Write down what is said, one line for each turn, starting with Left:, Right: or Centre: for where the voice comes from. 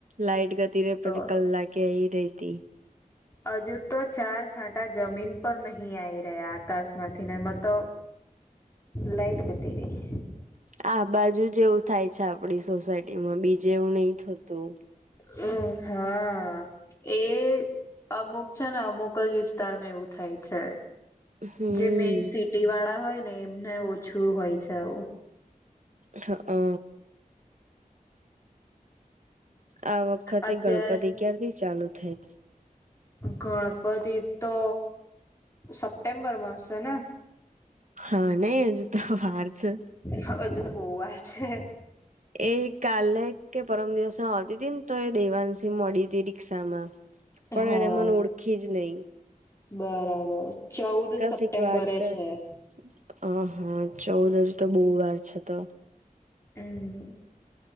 Right: લાઈટ જતી રે પછી
Left: તો
Right: કલાકે એ રહીને આવે
Left: અજુ તો ચાર છાંટા જમીન ઉપર નહી આવી રહ્યા આકાશ માંથી એમાં તો લાઈટ જતી રહી.
Right: હા બાજુ જવું થાય છે આપડી સોસાયટી માં બીજે એવું નહી થતું.
Left: હ હા એ અમુક છે ને અમુક જ વિસ્તારમાં એવું થાય છે
Right: હમ
Left: જે મેઈન ટી વાળા હોય ને એમને ઓછું હોય છે આવું.
Right: હા અ. આ વખતે
Left: અત્યારે
Right: ગણપતિ ક્યારથી ચાલુ થાય?
Left: ગણપતિ તો સપ્ટેમ્બરમા હશે ને?
Right: હા નઈ એને તો વાર છે.
Left: હ અજુ તો બઉ વાર છે.
Right: એ કાલે કે પરમ દિવસ હું આવતી હતી ને તો એ દેવાંશી મળી હતી રિક્ષામાં. પણ
Left: હા
Right: એને મને ઓળખી જ નહીં.
Left: બરાબર, ચૌદ સપ્ટેમ્બરે
Right: જ એક વાત
Left: છે.
Right: કર હ હા ચૌદ અજુ તો બઉ વાર છે તો.
Left: હમ્મ,